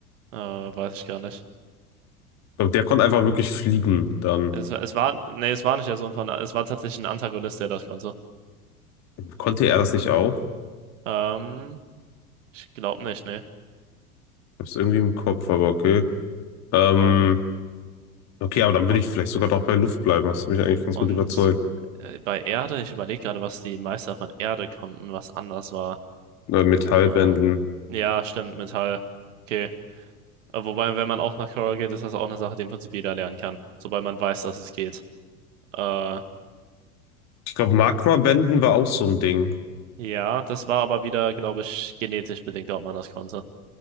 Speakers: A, on the right (about 60°); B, on the left (about 35°).
A: Äh, weiß ich gar nicht.
B: Ich glaub, Der konnte einfach wirklich fliegen. Dann
A: Es, es war, nee, es war nicht der Sohn von, es war tatsächlich ein Antagonist, der das konnte.
B: konnte er das nicht auch?
A: Ähm, ich glaube nicht, nee.
B: hab's irgendwie im Kopf, aber okay. Ähm,
A: Äh,
B: okay, aber dann
A: und,
B: würde ich vielleicht sogar doch bei Luft bleiben. Hast du mich eigentlich ganz
A: und
B: gut überzeugt.
A: äh, bei Erde, ich überlege gerade, was die Meister von Erde konnten, was anders war.
B: Äh, Metallbänden.
A: Äh, ja, stimmt, Metall. Okay. Äh, wobei, wenn man auch nach Korra geht, ist das auch eine Sache, die im Prinzip jeder lernen kann, sobald man weiß, dass es geht. Äh,
B: Ich glaube, Magmabänden war auch so ein Ding.
A: ja, das war aber wieder, glaube ich, genetisch bedingt, ob man das konnte.